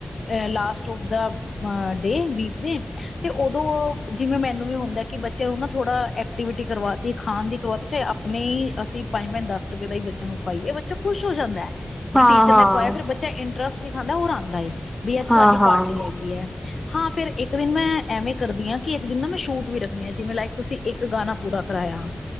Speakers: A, on the left (about 85°); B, in the centre.
A: ਅ ਲਾਸਟ ਆੱਫਦਾ ਡੇ ਵੀਕ ਡੇ ਤੇ ਉਦੋਂ ਓ ਜਿਵੇਂ ਮੈਨੂੰ ਵੀ ਹੁੰਦਾ ਕਿ ਬੱਚਿਆਂ ਨੂੰ ਨਾ ਥੋੜਾ ਏ ਐਕਟੀਵਿਟੀ ਕਰਵਾਤੀ ਖਾਣ ਦੀ ਕਰਵਾਤੀ ਚਾਹੇ ਆਪਣੇ ਹੀ ਅਸੀਂ ਪੰਜ-ਪੰਜ ਦਸ ਰੁਪਏ ਦਾ ਹੀ ਬੱਚਿਆਂ ਨੂੰ ਖਵਾਈਏ ਬੱਚਾ ਖੁਸ਼ ਹੋ ਜਾਂਦਾ ਐ। ਕਿ
B: ਹਾਂ
A: ਟੀਚਰ
B: ਹਾਂ
A: ਨੇ ਖੁਆਇਆ ਫਿਰ ਬੱਚਾ ਇੰਟ ਰਸ ਹੀ ਖਾਂਦਾ, ਓਰ ਆਉਂਦਾ ਏ ਬਈ ਅੱਜ ਸਾਡੀ
B: ਹਾਂ ਹਾਂ
A: ਪਾਰਟੀ ਹੈਗੀ ਹੈ। ਹਾਂ, ਫਿਰ ਇੱਕ ਦਿਨ ਮੈਂ ਐਵੇਂ ਕਰਦੀ ਹਾਂ ਕਿ ਇੱਕ ਦਿਨ ਨਾ ਮੈਂ ਸ਼ੂਟ ਵੀ ਰੱਖਣੀ ਆ, ਜਿਵੇਂ ਲਾਇਕ ਤੁਸੀਂ ਇੱਕ ਪੂਰਾ ਕਰਾਇਆ।